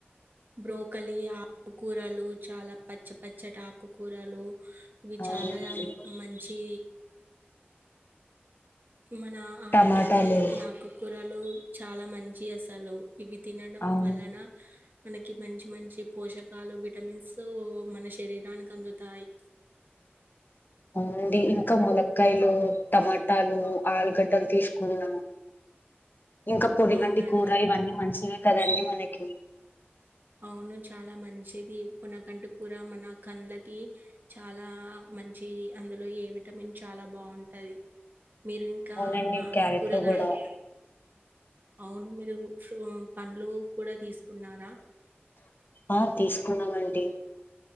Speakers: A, on the right; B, on the left.
A: బ్రోకలి ఆకుకూరలు చాలా పచ్చ పచ్చటి ఆకుకూరలు ఇవి
B: అవునండి
A: చాలా మంచి మన ఆరోగ్యానికి
B: టమాటాలు
A: ఈ ఆకుకూరలు చాలా మంచి అసలు ఇవి తినడం
B: అవును
A: వలన మనకి మంచి మంచి పోషకాలు విటమిన్స్ మన శరీరానికి అందుతాయి
B: ఉంది ఇంకా ములక్కయలు టమాటాలు ఆలుగడ్డలు తీసుకున్నాము ఇంకా పొడిగంటి
A: అవునా అండి
B: కూరలు ఇవన్నీ మంచివిే కదంీ మనకి
A: అవును చాలా మంచిది ప నాకంటూ కూడా మన కళ్ళకి చాలా మంచి అందులో ఏ విటమిన్ చాలా బాగుంటుంది మీరు ఇంకా
B: అవునండి క్యారెట్లు
A: కూరగాయలు
B: కూడా
A: అవును మీరు సో పంలు కూడా తీసుకున్నారా
B: ఆ తీసుకున్నామండి